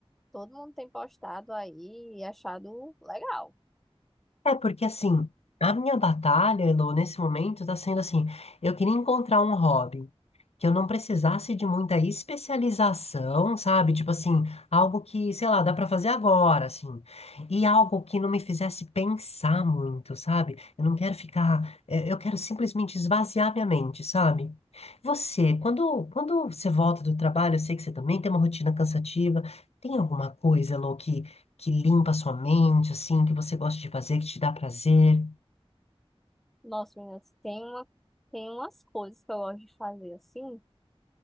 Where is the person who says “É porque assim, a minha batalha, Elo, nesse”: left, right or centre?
Left